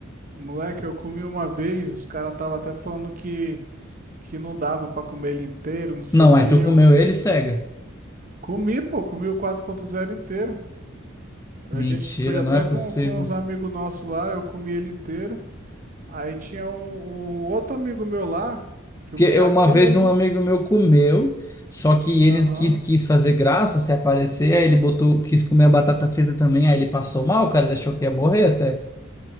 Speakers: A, on the right; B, on the left.
A: Moleque, eu comi uma vez, os caras estavam até falando que, que não dava pra comer ele inteiro, não sei
B: Não,
A: o quê.
B: aí tu
A: Eu
B: comeu
A: f-
B: ele, cega.
A: comi, pô, comi o quatro ponto zero inteiro.
B: Mentira,
A: A gente foi até
B: não é
A: com,
B: possível.
A: com os amigos nossos lá, eu comi ele inteiro. Aí tinha um, um outro amigo meu lá, que
B: Porque
A: o bi-
B: eu-
A: aquele
B: uma vez
A: ali.
B: um amigo meu comeu, só que ele
A: Aham.
B: quis, quis fazer graça, se aparecer, aí ele botou, quis comer a batata frita também, aí ele passou mal, cara, ele achou que ia morrer até.